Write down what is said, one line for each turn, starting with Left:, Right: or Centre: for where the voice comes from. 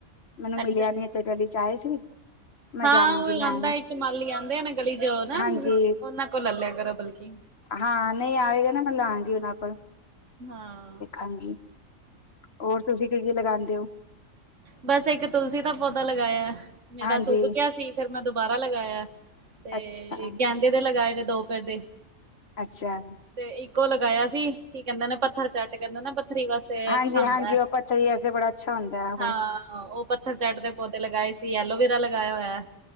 Left: ਮੈਨੂੰ
Right: ਅੱਛਾ
Left: ਮਿਲੀਆਂ
Right: ਅੱਛਾ
Left: ਨਹੀਂ ਇਥ ਗਲੀ ਚ' ਆਏ ਸੀ। ਮੈਂ
Right: ਹਾਂ।
Left: ਜਾਵਾਂਗੀ
Right: ਉਹ
Left: ਲੈਣ
Right: ਆਉਂਦਾ ਇੱਕ ਮਾਲੀ ਆਉਂਦੇ ਆ ਨਾ ਗਲੀ ਜਾ ਨਾ,
Left: ਹਾਂਜੀ
Right: ਉਹਨਾਂ ਕੋਲ ਲੈ ਲਿਆ ਕਰੋ ਬਲਕਿ
Left: ਹਾਂ। ਨਹੀਂ ਆਵੇਗਾ ਨਾ ਮੈਂ ਲਾ ਆਾਂਗੀ ਉਹਨਾਂ ਕੋਲ।
Right: ਹਾਂ।
Left: ਹਾਂਜੀ। ਹੋਰ ਤੁਸੀਂ ਕੀ ਲਗਾਉਦੇ ਹੋ?
Right: ਬਸ ਇੱਕ ਤੁਲਸੀ ਦਾ ਪੌਦਾ ਲਗਾਇਆ, ਮੇਰਾ
Left: ਹਾਂਜੀ
Right: ਸੁੱਕ ਕਿਆ ਸੀ। ਫੇਰ ਮੈਂ ਦੁਬਾਰਾ ਲਗਾਇਆ, ਤੇ
Left: ਅੱਛਾ
Right: ਕਹਿੰਦੇ ਦੇ ਲਗਾਏ ਨੇ ਦੋ ਪਿਧੇ ਦੇ।
Left: ਅੱਛਾ।
Right: ਤੇ ਇੱਕੋ ਲਗਾਇਆ ਸੀ, ਕੀ ਕਹਿੰਦੇ ਨੇ ਪੱਥਰ ਚੱਟ, ਕਹਿੰਦੇ ਨਾ ਪੱਥਰੀ ਵਾਸਤੇ।
Left: ਹਾਂਜੀ-
Right: ਅੱਛਾ ਹੁੰਦਾ
Left: ਹਾਂਜੀ।
Right: ਹੈ
Left: ਉਹ ਪੱਥਰ ਦੀ ਐਸੇ ਬੜਾ ਅੱਛਾ ਹੁੰਦਾ
Right: ਹਾਂ।
Left: ਉਹ
Right: ਉਹ ਪੱਥਰ ਚੱਟ ਦੇ ਪੌਦੇ ਲਗਾਏ ਸੀ, ਐਲੋਵਰਾ ਲਗਾਇਆ ਹੋਇਆ।